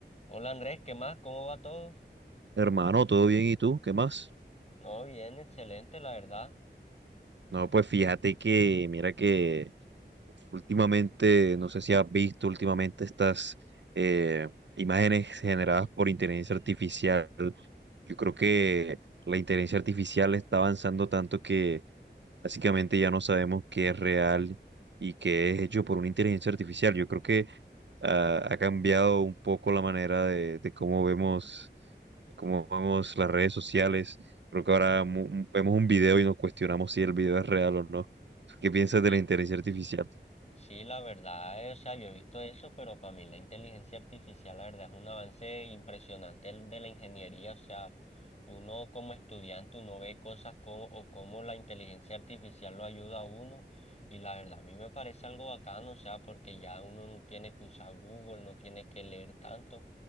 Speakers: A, on the left (about 35°); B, on the right (about 75°).
A: Hola Andrés, ¿qué más? ¿Cómo va todo?
B: Hermano, ¿todo bien? ¿Y tú? ¿Qué más?
A: No, bien, excelente, la verdad.
B: No, pues fíjate que, mira que últimamente, no sé si has visto últimamente estas eh, imágenes generadas por inteligencia artificial. Yo creo que la inteligencia artificial está avanzando tanto que básicamente ya no sabemos qué es real y qué es hecho por una inteligencia artificial. Yo creo que ah, ha cambiado un poco la manera de, de cómo vemos. cómo vamos las redes sociales. Creo que ahora mu- mu- vemos un video y nos cuestionamos si el video es real o no. ¿Qué piensas
A: Y
B: de la inteligencia artificial?
A: Sí, la verdad, eh, o sea, yo he visto eso, pero para mí la inteligencia artificial, la verdad, es un avance impresionante el de la ingeniería. O sea, uno como estudiante, uno ve cosas co- o cómo la inteligencia artificial lo ayuda a uno. Y la verdad, a mí me parece algo bacano, o sea, porque ya uno no tiene que usar Google, no tiene que leer tanto.